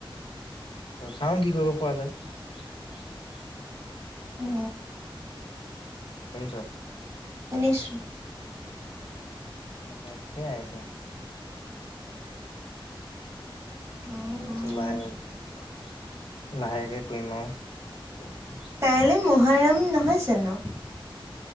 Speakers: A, on the left; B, on the right.
A: চাও কি কৰিব পৰা যায়।
B: অ।
A: শুনিছ?
B: শুনিছোঁ।
A: সেইয়াই এতিয়া।
B: উম,
A: তাৰপিছত লাহে লাহেকে কম আৰু।
B: কাইলৈ মহাৰাম নহয় জানো?